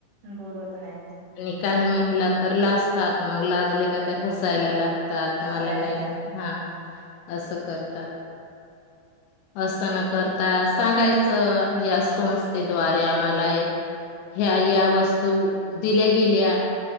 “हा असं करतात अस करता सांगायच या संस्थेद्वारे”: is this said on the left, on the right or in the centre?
Left